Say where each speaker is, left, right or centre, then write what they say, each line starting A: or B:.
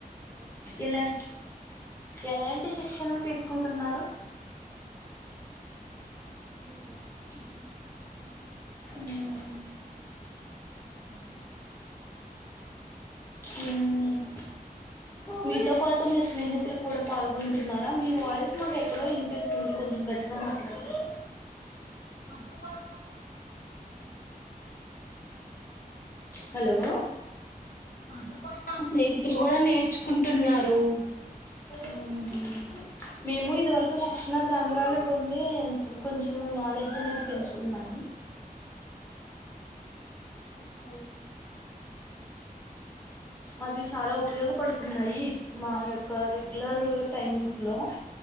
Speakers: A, on the left; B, on the left.
A: వెళ్ళలేదండి
B: ఎలా ఎలాంటి శిక్షణలు తీసుకుంటున్నారు
A: విష <inaudible>
B: మ్మ్
A: ఉ అ
B: ఉమ్ మీతో పాటు మీ స్నేహితులు కూడా పాల్గొంటున్నారా మీ వాయిస్ నాకు ఎక్కడో వినిపిస్తుంది కొంచెం గట్టిగా మాట్లాడతారా
A: మా తో పాటు మా స్నేహితులు కూడా ఉంటారండి
B: హలో
A: నాతో పాటు నా స్నేహితులు కూడా నేర్చుకుంటున్నారు
B: మ్మ్. మేము ఇదివరకు శిక్షణ కేంద్రాలు పొందే కొంచెము నాలెడ్జ్ అనేది పెంచుకున్నాను
A: నేర్చుకున్నారు
B: అవి చాలా ఉపయోగపడుతున్నాయి మా యొక్క రెగ్యులర్ టైమింగ్స్ లో